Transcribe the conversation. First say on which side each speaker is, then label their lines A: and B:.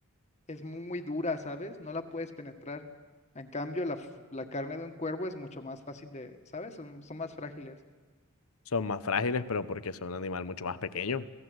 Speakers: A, on the left (about 30°); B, on the left (about 75°).
A: es muy dura, ¿sabes? No la puedes penetrar. En cambio, la, f- la carne de un cuervo es mucho más fácil de, ¿sabes? Son, son más frágiles.
B: Son más frágiles, pero porque son un animal mucho más pequeño.